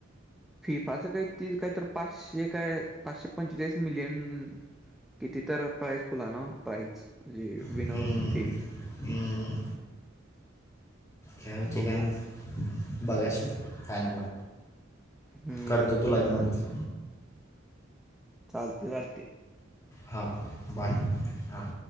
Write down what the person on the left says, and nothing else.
हम्म,
हम्म ह्या होती
काय म बघायच फायनाला
कत तो लागणार
हां बाय हां